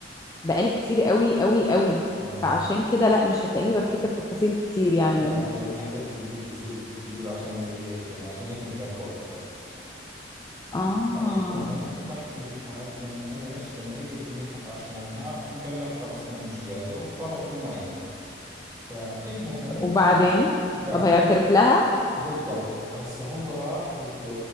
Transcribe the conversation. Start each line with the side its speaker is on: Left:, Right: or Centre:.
Left: بقالي كتير قوي قوي قوي
Right: اه
Left: فعشان كده لا مش هتلاقيني بفتكر تفاصيل كتير يعني
Right: لا
Left: منه
Right: انا لاني حضرته جديد بشوز بجوز عشان زي هيك يعني عشان هيك متذكره اكثر
Left: اه
Right: المهم بحكي لك عاد لما ايش لما اجى بده ينحف عشانها قال لك خلص انا مش قادر وقرر انه ما ينحف فالمهم
Left: وبعدين
Right: بعدين
Left: طب هيعترف لها
Right: بالضبط هسه هو راح بده